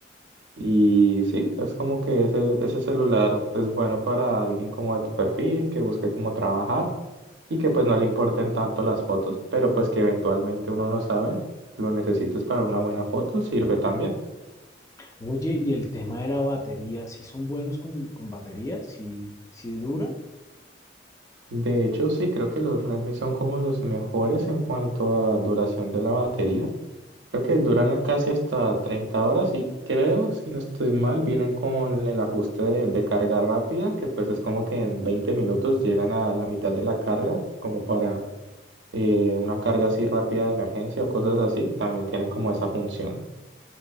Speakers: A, on the right; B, on the left.
A: Y sí, es como que ese, ese celular es bueno para alguien como de tu perfil, que busque cómo trabajar y que pues no le importen tanto las fotos, pero pues que eventualmente uno no sabe, lo necesites para una buena foto, sirve también.
B: Oye, y el tema de la batería, si son buenos con, con batería? si dura?
A: De hecho, sí, creo que los Redmi son como los mejores en cuanto a duración de la batería. Creo que duran casi hasta 30 horas y creo, si no estoy mal, vienen con el ajuste de, de carga rápida, que pues es como que en 20 minutos llegan a la mitad de la carga, como para eh, una carga así rápida de emergencia o cosas así, también tienen como esa función.